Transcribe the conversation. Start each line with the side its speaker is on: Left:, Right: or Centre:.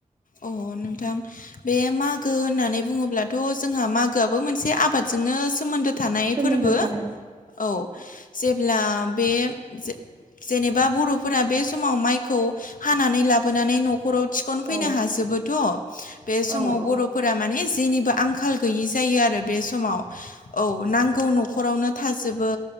Left: अ नोंथां बे मागो होननानै बुंङोब्लाथ' जोंहा मागोआबो मोनसे आबादजोंनो सोमोन्दो थानाय
Right: सोमोन्दो
Left: फोरबो
Right: थानाय
Left: औ जेब्ला बे जे-जेनेबा बर'फोरा बे समाव माइखौ हानानै लाबोनानै न' खराव थिखन फैनो
Right: औ
Left: हाजोबोथ' बे समाव
Right: औ औ
Left: बर'फोरा माने जेनिबो आंखाल गैयि जायो आरो बे समाव औ नांगौ न'खरावनो थाजोबो।